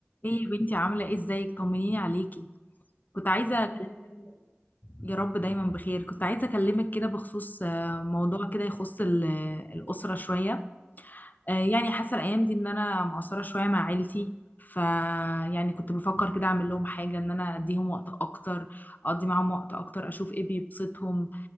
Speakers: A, on the left; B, on the left.
A: ايه يا بنتي عاملة ايه ازيك طمنيني عليكي كنت عايزة
B: الحمد لله انت عامله ايه
A: يا رب دايما بخير كنت عايزة اكلمك كده بخصوص آه، موضوع كده يخص ال- الأسرة شوية آه، يعني حاسة الأيام دي ان انا مقصرة شوية مع عيلتي ف يعني كنت بفكر كده اعمل لهم حاجة ان انا اديهم وقت اكتر اقضي معاهم وقت اكتر اشوف ايه بيبسطهم